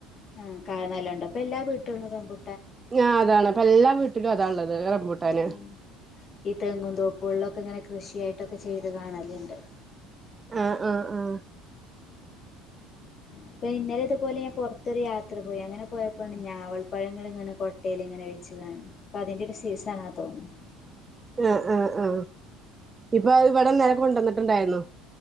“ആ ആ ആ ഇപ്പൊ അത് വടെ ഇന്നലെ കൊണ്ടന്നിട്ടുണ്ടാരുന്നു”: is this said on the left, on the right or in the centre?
Right